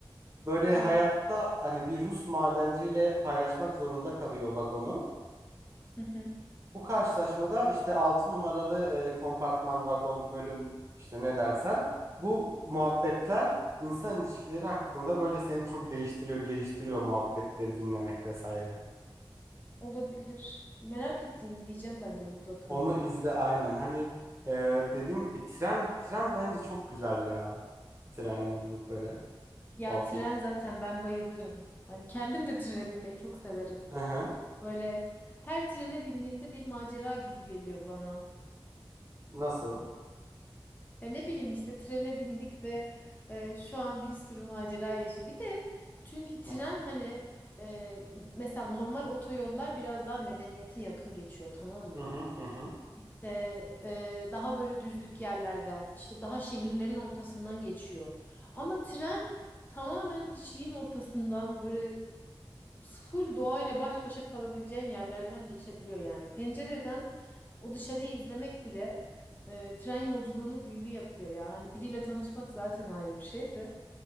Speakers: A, on the right; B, on the left.
A: böyle hayatta
B: evet.
A: hani bir Rus madenciyle paylaşmak zorunda kalıyor vagonu.
B: Hı hı.
A: Bu karşılaşmada işte 6 numaralı e, kompartman, vagon, bölüm işte ne dersen bu muhabbetler insan ilişkileri hakkında böyle seni çok değiştiriyor, geliştiriyor muhabbetleri dinlemek vesaire.
B: Olabilir. Merak ettim izleyeceğim ben de mutlaka.
A: Onu izle aynen. Hani e, dediğim gibi tren tren bence çok güzel ya. Tren yolculukları.
B: Ya
A: O film.
B: tren zaten ben bayılırım. Hani kendim de trene binmeyi çok severim.
A: Hı hı.
B: Böyle her trene bindiğimde bir macera gibi geliyor bana.
A: Nasıl?
B: Ya ne bileyim işte trene bindik ve e, şu an bir sürü macera yaşı. Bir de çünkü tren
A: Hı
B: hani e, mesela normal otoyollar biraz daha medeniyete yakın geçiyor tamam mı?
A: hı hı. hı.
B: İşte e, daha böyle düzlük yerlerden, işte daha şehirlerin ortasından geçiyor. Ama tren tamamen hiçliğin ortasından böyle full doğayla baş başa kalabileceğin yerlerden geçebiliyor yani. Pencereden o dışarıyı izlemek bile e, tren yolculuğunu büyülü yapıyor ya. Hani biriyle tanışmak zaten ayrı bir şeydi.